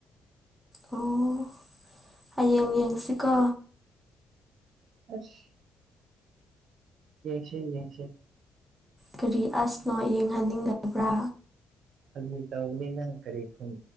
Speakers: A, in the centre; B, on the right (about 65°).
A: ꯑꯣ ꯍꯌꯦꯡ ꯌꯦꯡꯁꯤꯀꯣ
B: ꯑꯁ ꯌꯦꯡꯁꯤ ꯌꯦꯡꯁꯤ
A: ꯀꯔꯤ ꯑꯁꯅꯣ ꯌꯦꯡꯍꯟꯅꯤꯡꯗꯕ꯭ꯔꯥ
B: ꯐꯒꯤ ꯇꯧꯕꯅꯤ ꯅꯪ ꯀꯔꯤ ꯈꯨꯝ